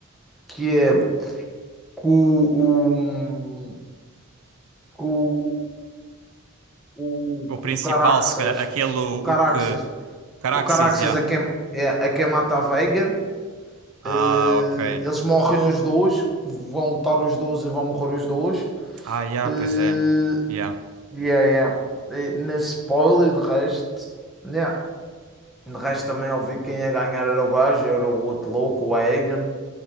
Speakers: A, in the centre; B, on the right.
A: que é que o, o, que o, o,
B: O principal,
A: o Caraxes,
B: se calhar, aquele o,
A: o Caraxes,
B: o que... Caraxes,
A: o Caraxes
B: já
A: é quem, é, é quem mata a Veigar.
B: Ah,
A: Eh,
B: ok.
A: eles morrem os dois, vão lutar os dois e vão morrer os dois.
B: Ah, yeah,
A: Eh,
B: pois é. Yeah.
A: Yeah, yeah. E nesse spoiler, de resto, yeah. De resto também ouvi quem ia ganhar era o gajo, era o outro louco, o Egan.